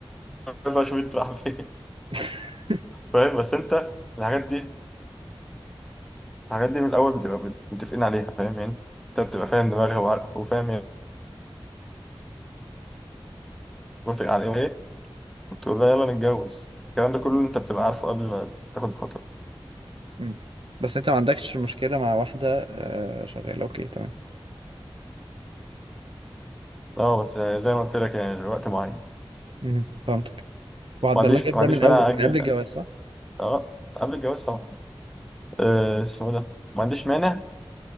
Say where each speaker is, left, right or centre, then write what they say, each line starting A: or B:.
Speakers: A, in the centre; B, on the right.
A: بقى شوف انت رايح فين
B: <laughs>
A: فاهم بس انت الحاجات دي الحاجات دي من الاول بتبقى بت- متفقين عليها فاهم يعني انت بتبقى فاهم دماغها وعارف وفاهم هي بتوافق على ايه وايه، وتقول لها يلا نتجوز الكلام ده كله انت بتبقى عارفه قبل ما تاخد الخطوه
B: مم. بس انت ما عندكش مشكله مع واحده آه، شغاله اوكي تمام
A: اه بس زي ما قلت لك يعني الوقت معين
B: مم. فهمتك وهتبلغك
A: ما عنديش
B: ده
A: ما عنديش
B: من اول
A: مانع اجل
B: من قبل الجواز صح
A: اه قبل الجواز طبعا آه، اسمه ايه ده ما عنديش مانع